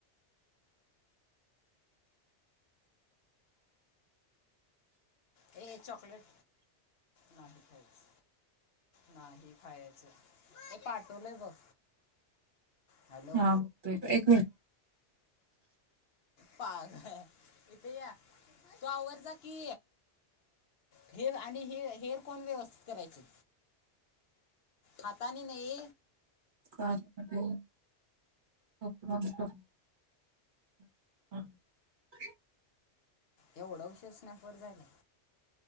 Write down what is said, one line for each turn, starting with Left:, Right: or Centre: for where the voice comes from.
Left: ए चॉकलेट नाही खायच, नाही खायच हे पाठवलय बघ. हॅलो
Right: थांब तू एक मिनिट.
Left: पाघ इथ या, तु आवर जा की. हे आणि हे हेअर कोण व्यवस्थित करायचे? हताने नइ
Right: कारमध्ये <unintelligible> <inaudible>
Left: एवढा उशीर स्नॅप वर जायला.